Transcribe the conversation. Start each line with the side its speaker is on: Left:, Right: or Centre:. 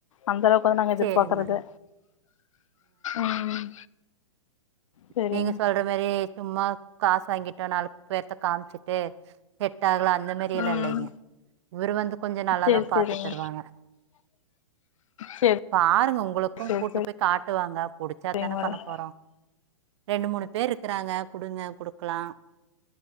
Left: அந்த அளவுக்கு வந்து நாங்க எதிர்பார்க்குறது
Right: சேரிங்க மேடம்
Left: ம் செரிங்க
Right: நீங்க சொல்ற மாதிரி சும்மா காசு வாங்கிட்டோ நாலு பேர்த்த காமிச்சுட்டு செட்டாகல அந்த மாரி எல்லாம்
Left: ம்
Right: இல்லைங்க இவரு வந்து கொஞ்சோ நல்லாதா
Left: செரி
Right: பாத்து
Left: செரிங்க
Right: தருவாங்க
Left: செரி
Right: பாருங்க உங்களுக்கும்
Left: செரி
Right: கூட்டு
Left: செரி
Right: போய் காட்டுவாங்க புடிச்சா
Left: செரிங்க
Right: தான
Left: மேடம்
Right: பண்ண போறோ ரெண்டு மூணு பேரு இருக்கிறாங்க குடுங்க குடுக் க்கலா